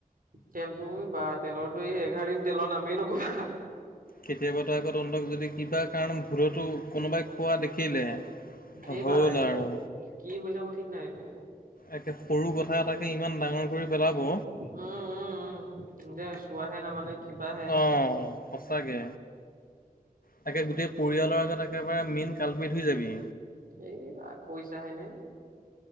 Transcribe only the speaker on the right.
তেলটো বা তেলৰটুই এই এঘাৰ দিন তেলৰ নামেই নকবা।
এই
বা এইটো
ক কি হৈ যাব ঠিক নাই এইটো।
উম, উম, উম দে চোৱাহে নামানে। কিবাহে
এই কৈছাহেনে